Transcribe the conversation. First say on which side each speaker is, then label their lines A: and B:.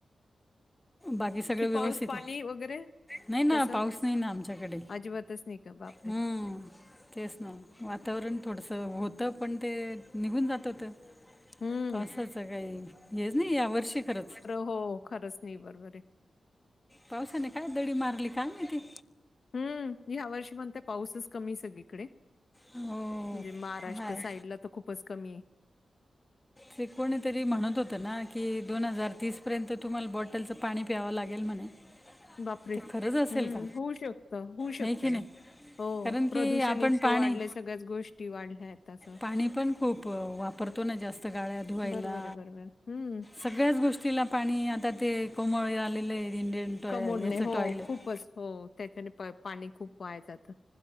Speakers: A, on the left; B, on the left.
A: बाकी सगळं व्यवस्थित.
B: पाऊस पाणी वगैरे
A: नाही ना
B: कसं?
A: पाऊस नाही ना आमच्याकडे
B: अजिबातच नाही का? बापरे!
A: हम्म! तेच ना वातावरण थोडसं होतं पण ते निघून जात होतं.
B: हं.
A: ताच काही हेच नाही या वर्षी खरंच!
B: हो हो खरंच नाही बरोबर आहे.
A: पावसाने काय दडी मारली का माहित.
B: हम् ह्या वर्षी म्हणताय पाऊसच कमी सगळीकडे.
A: हो
B: म्हणजे महाराष्ट्र
A: हाय
B: साईड ला तर खूपच कमी आहे.
A: ते कोणीतरी म्हणत होतं ना की दोन हजार तीस पर्यंत तुम्हाला बॉटलचं पाणी प्यावं लागेल म्हणे.
B: बापरे!
A: ते खरंच असेल
B: हम्म
A: का
B: होऊ शकत, होऊ
A: नाही
B: शकतं
A: की नाही
B: ना. हो.
A: कारण
B: प्रदूषण
A: की आपण
B: इतकं
A: पाणी
B: वाढलंय सगळ्याच गोष्टी वाढल्या आहेत असं.
A: पाणी पण खूप वापरतो ना जास्त गाळ्या धुवायला.
B: बरोबर आहे, बरोबर आहे. हं,
A: सगळ्याच गोष्टीला पाणी आता ते कोमळे आलेलं आहेत इंडियन टॉय
B: कमोडणे
A: याचं
B: हो
A: टॉयलेट
B: खूपच हो त्याच्याने पाणी खूप वाया जातं.